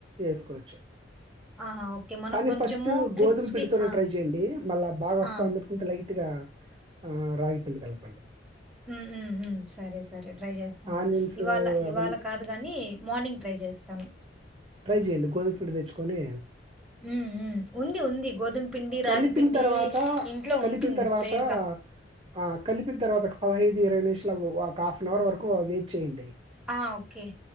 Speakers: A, on the right; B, in the centre.
A: ఏసుకోవచ్చు.
B: ఆహా! ఓకే. మనకు
A: కానీ
B: కొంచెము
A: ఫస్ట్
B: క్రిప్స్‌కి
A: గోధుమ పిడుతోనే
B: ఆ!
A: ట్రై చేయండి మళ్ళా బాగా వస్తా
B: ఆ!
A: అందనుకుంటే లైట్ గా ఆ రాగి పిండి కలపండి
B: ఉహ్మ్ హు సరే సరే ట్రై చేస్తాను.
A: ఆనియన్స్
B: ఇవాళ ఇవాళ
A: అవన్నీ
B: కాదు గాని మార్నింగ్ ట్రై చేస్తాను.
A: ట్రై చేయండి గోధుమ్ పిండి తెచ్చుకొని.
B: హ్మ్. హ్మ్. ఉంది. ఉంది. గోధుమ పిండి, రాగి
A: కలిపిన
B: పిండి
A: తర్వాత
B: ఇంట్లో
A: కలిపిన
B: ఉంటుంది
A: తర్వాత
B: స్పేర్‌గా.
A: ఆహ్ ఆ కలిపిన తర్వా తర్వాత ఒక పదహైదు ఇరవై నిమిషలకు ఒక హాఫ్ అన్ అవర్ వరకు వెయిట్ చేయండి.
B: ఆ ఓకే